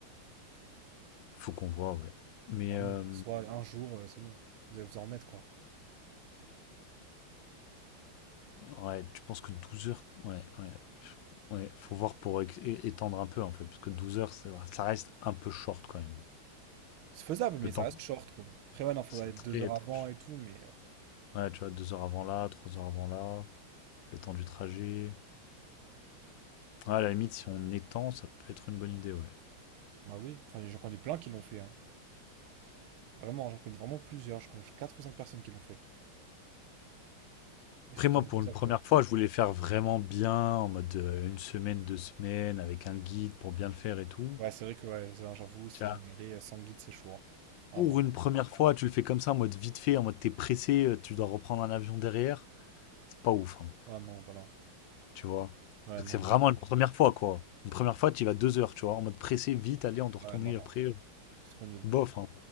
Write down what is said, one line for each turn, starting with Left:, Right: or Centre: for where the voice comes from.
Left: Il faut qu'on voit, ouais. Mais
Right: bah
Left: euh,
Right: oui, soit un jour, euh, c'est bon, vous allez vous en remettre, quoi.
Left: ouais, tu penses que 12 heures, ouais, ouais, pff, ouais, faut voir pour é- é- étendre un peu en fait, parce que 12 heures, ça, ça reste un peu short quand même.
Right: C'est faisable, mais
Left: Le temps,
Right: ça reste short, quoi. Après, ouais, non, faut
Left: c'est
Right: être
Left: très,
Right: deux heures
Left: très
Right: avant
Left: short.
Right: et tout, mais. euh,
Left: Ouais, tu vois, 2 heures avant là, 3 heures avant là, le temps du trajet. Ouais, à la limite, si on étend, ça peut être une bonne idée, ouais.
Right: Bah oui, enfin, j'en connais plein qui l'ont fait, hein. Vraiment, j'en connais vraiment plusieurs, je connais quatre ou cinq personnes qui l'ont fait. Et
Left: Après,
Right: c'est
Left: moi,
Right: totalement
Left: pour
Right: faisable,
Left: une première
Right: quoi.
Left: fois, je voulais faire vraiment bien, en mode euh, une semaine, deux semaines, avec un guide pour bien le faire et tout.
Right: Ouais, c'est vrai que, ouais, j'avoue, si
Left: Tiens.
Right: t'es jamais allé, euh, sans guide, c'est chaud, hein. Ah
Left: Pour
Right: non, non.
Left: une première fois, tu le fais comme ça, en mode vite fait, en mode t'es pressé, euh, tu dois reprendre un avion derrière. C'est pas ouf, hein,
Right: ah non, bah non.
Left: tu vois.
Right: Ouais,
Left: Parce
Right: non,
Left: que c'est vraiment
Right: non.
Left: une première fois, quoi. Une première fois, tu y vas deux heures, tu vois, en mode pressé, vite, allez, on doit
Right: Ouais,
Left: retourner
Right: non, non.
Left: après. euh,
Right: C'est trop nul.
Left: Bof, hein.